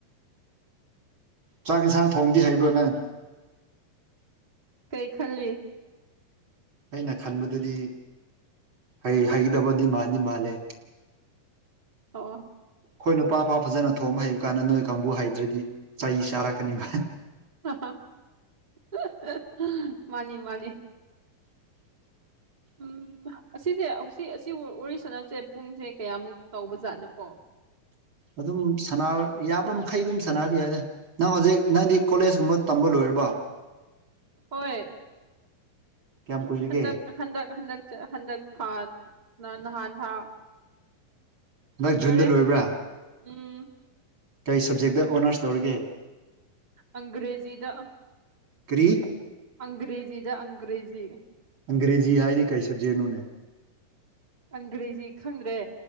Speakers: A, on the right; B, on the right.
A: ꯆꯥꯛ ꯏꯟꯁꯥꯡ ꯊꯣꯡꯕꯗꯤ ꯍꯩꯕ꯭ꯔꯣ ꯅꯪ
B: ꯀꯩ ꯈꯜꯂꯤ
A: ꯑꯩꯅ ꯈꯟꯕꯗꯗꯤ ꯑꯩ ꯍꯩꯒꯗꯧꯕꯗꯤ ꯃꯥꯟꯗꯤ ꯃꯥꯟꯂꯦ
B: ꯑꯣ
A: ꯈꯣꯏ ꯅꯨꯄꯥ ꯐꯥꯎ ꯐꯖꯅ ꯊꯣꯡꯕ ꯍꯩꯕ ꯀꯥꯟꯗ ꯅꯣꯏ ꯀꯥꯡꯕꯨ ꯍꯩꯇ꯭ꯔꯗꯤ ꯆꯩ ꯆꯥꯔꯛꯀꯅꯤꯕ
B: <unintelligible> ꯃꯥꯅꯤ ꯃꯥꯅꯤ
A: <inaudible>
B: ꯎꯝ ꯑꯁꯤꯁꯦ ꯍꯧꯁꯤ ꯑꯁꯤ ꯋꯥꯔꯤ ꯁꯥꯟꯅꯕꯁꯦ ꯄꯨꯡꯁꯦ ꯀꯌꯥꯃꯨꯛ ꯇꯧꯕ ꯖꯥꯠꯅꯣꯀꯣ
A: ꯑꯗꯨꯝ ꯁꯥꯟꯅꯕ ꯌꯥꯕ ꯃꯈꯩ ꯑꯗꯨꯝ ꯁꯥꯟꯅꯕ ꯌꯥꯏꯗ ꯅꯪ ꯍꯧꯖꯤꯛ ꯅꯪꯗꯤ ꯀꯣꯂꯦꯖꯀꯨꯝꯕ ꯇꯝꯕ ꯂꯣꯏꯔꯕꯣ <inaudible>
B: ꯍꯣꯏ
A: ꯀꯌꯥꯝ ꯀꯨꯏꯔꯒꯦ
B: ꯍꯟꯗꯛ ꯍꯟꯗꯛ ꯍꯟꯗꯛ ꯆ ꯍꯟꯗꯛ ꯊꯥ ꯅ ꯅꯍꯥꯟ ꯊꯥ
A: ꯍꯟꯗꯛ
B: ꯂꯣꯏꯔꯦ
A: ꯖꯨꯟꯗ ꯂꯣꯏꯕ꯭ꯔꯥ
B: ꯎꯝ
A: ꯀꯩ ꯁꯕꯖꯦꯛꯇ ꯑꯣꯅꯔꯁ ꯇꯧꯔꯤꯒꯦ
B: ꯑꯪꯒ꯭ꯔꯦꯖꯤꯗ
A: ꯀꯔꯤ
B: ꯑꯪꯒ꯭ꯔꯦꯖꯤꯗ ꯑꯪꯒ꯭ꯔꯦꯖꯤ
A: ꯑꯪꯒ꯭ꯔꯦꯖꯤ ꯍꯥꯏꯗꯤ ꯀꯩ ꯁꯕꯖꯦꯛꯅꯣꯅꯦ
B: ꯑꯪꯒ꯭ꯔꯦꯖꯤ ꯈꯪꯗ꯭ꯔꯦ